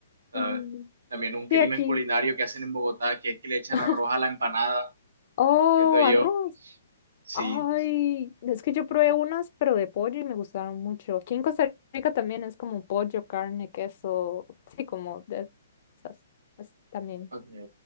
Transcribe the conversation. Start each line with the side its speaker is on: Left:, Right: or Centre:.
Right: ¿sabes?
Left: Mm,
Right: También un crimen
Left: Sí, aquí.
Right: culinario que hacen en Bogotá, que es que le echan
Left: <laughs>
Right: arroz a la empanada,
Left: Oh,
Right: siento yo.
Left: arroz.
Right: Sí,
Left: Ay, es que yo probé unas, pero de pollo y me gustaron mucho. Aquí en Costa Rica también es como pollo, carne, queso, sí, como de esas. Es también,
Right: ok,